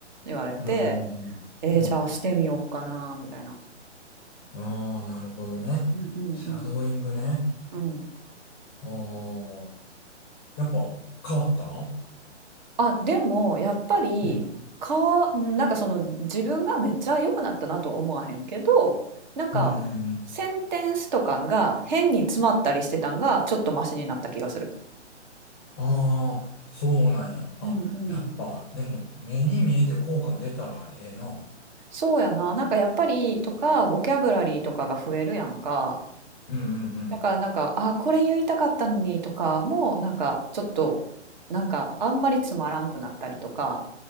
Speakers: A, on the right; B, on the left.
A: 言われて
B: うん。
A: えー、
B: うん。
A: じゃあしてみようかなみたいな。
B: ああー、なるほどね。
A: うんうんうん。
B: シャドーイングね。
A: うん。
B: ああ、やっぱ変わった
A: あ、でもやっぱりか、
B: うん。
A: うんなんかその自分がめっちゃ良くなったなとは思わへんけど、なんかセンテンスとかが変に詰まったりしてたんがちょっとマシになった気がする。
B: うん。うん。ああ、そうなんや。あ、
A: うんうん。
B: やっぱ、でも、目に見えて効果出たらええな。
A: そうやな、なんかやっぱりとかボキャブラリーとかが増えるやんか。
B: うんうんうん。
A: だからなんか、あ、これ言いたかったのにとかもなんかちょっとなんかあんまりつまらんくなったりとか。